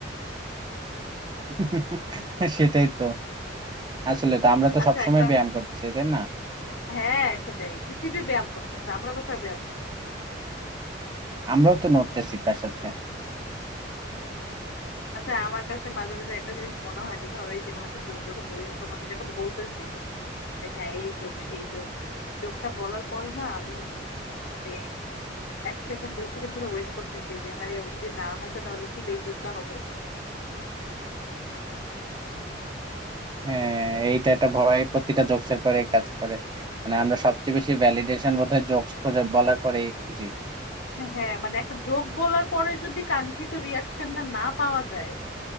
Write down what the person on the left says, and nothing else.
আচ্ছা
একটা
হ্যাঁ সেটাই পৃথিবী ব্যায়াম করতেছে আমরা কোথায় ব্যায়াম করছি?
আচ্ছা আমার কাছে মাঝে মাঝে একটা জিনিস মনে হয় যে ধরো এই যে কোনো একটা যোগ যখন বলি তোমাকে যখন বলতেছি যে হ্যাঁ এই যোগ সেই যোগ যোগটা বলার পরে না আমি মানে এক সেকেন্ড দুই সেকেন্ড ধরে ওয়েট করতেছি যে আরে ও যদি না হাসে তাহলে কি বেইজ্জতটা হবো
হ্যাঁ মানে একটা যোগ বলার পরে যদি কাঙ্ক্ষিত রিয়াকশনটা না পাওয়া যায়